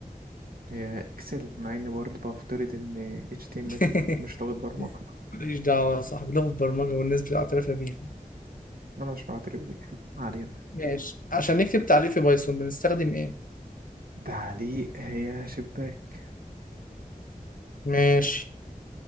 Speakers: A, on the right (about 85°); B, on the left (about 65°).
A: هي اكسل مع اني برضه بفترض ان HTML
B: <laughs>
A: مش لغة برمجة
B: ماليش دعوة يا صاحبي لغة برمجة والناس بتعترف بيها
A: انا مش بعترف بيها ما علينا
B: ماشي عشان نكتب تعليق في بايثون بنستخدم ايه
A: تعليق هي شباك
B: ماشي